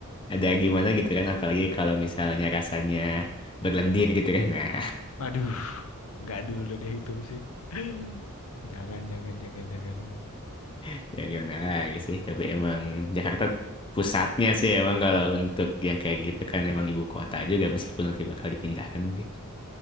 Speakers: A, on the left; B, on the left.
A: ada gimana gitu kan apalagi kalau misalnya rasanya berlendir gitu kan nah
B: Waduh, nggak dulu deh itu sih. <laughs> Jangan, jangan, jangan, jangan.
A: <laughs> ya gimana lagi sih tapi emang Jakarta pusatnya sih emang kalau untuk yang kayak gitu kan emang ibu kota juga meskipun nanti bakal dipindahkan mungkin